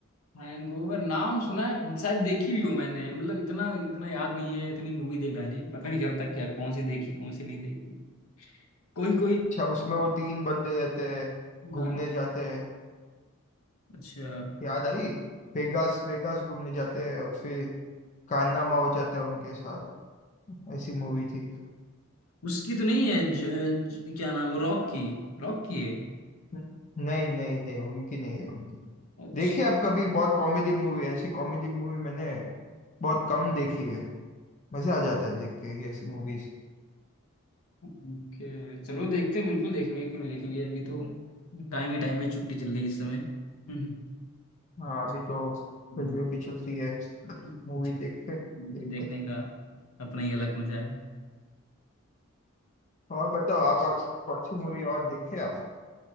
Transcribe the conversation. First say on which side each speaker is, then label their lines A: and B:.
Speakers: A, on the left; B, on the left.
A: हैंगओवर नाम सुना है शायद देखी भी हो मैंने मतलब इतना इतना याद नहीं है इतनी मूवी देख डाली पता नहीं चलता क्या कौन सी देखी कौन सी नहीं देखी कोई कोई
B: अच्छा उसमें वो तीन बंदे रहते हैं
A: हाँ
B: घूमने जाते हैं
A: अच्छा
B: याद आई वेगास वेगास घूमने जाते हैं और फिर कारनामा हो जाता है उनके साथ ऐसी मूवी थी
A: उसकी तो नहीं है ज, ज, क्या नाम रॉक की रॉक की है
B: न- नहीं नहीं नहीं उनकी नहीं है उनकी
A: अच्छा
B: देखिए आप कभी बहुत कॉमेडी मूवी ऐसी कॉमेडी मूवी मैंने बहुत कम देखी है मजे आ जाते हैं देख के ये ऐसी मूवीज
A: ओके चलो देखते हैं बिल्कुल देखेंगे क्यों नहीं देखेंगे अभी तो टाइम ही टाइम है छुट्टी चल रही है इस समय <laughs> हम्म,
B: हाँ अभी तो
A: छुट्टी
B: गर्मियों की छुट्टी है
A: छुट्टी
B: मूवी देखते देखते
A: देखने का अपना ही अलग मजा है
B: और बताओ आप, आप कौन सी मूवी और देखे आप